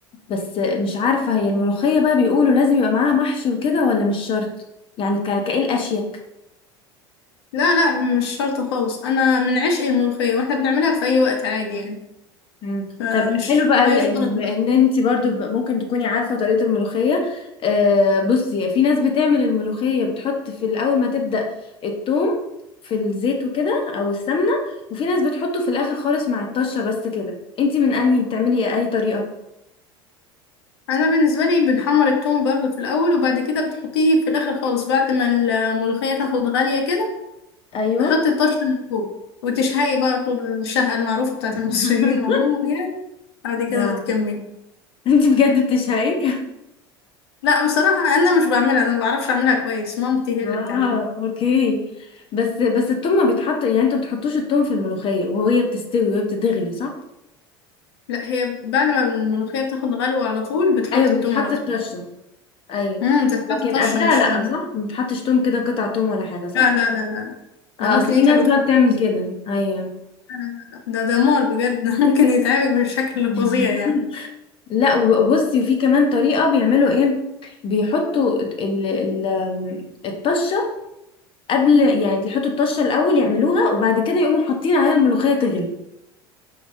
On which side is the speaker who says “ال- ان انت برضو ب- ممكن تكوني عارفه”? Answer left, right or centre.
Left